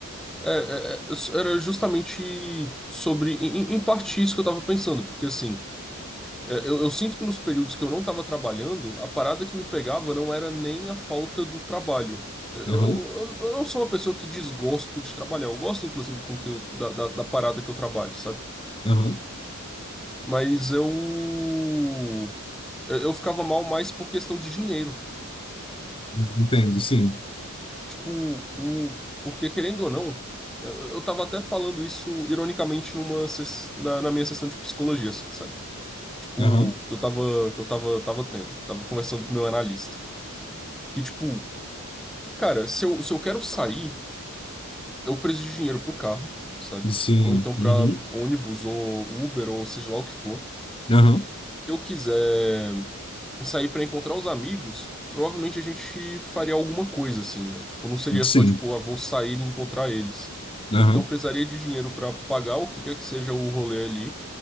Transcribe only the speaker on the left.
Aham,
aham.
Entendo, sim.
Aham.
Sim.
Uhum.
Aham.
Sim.
Aham.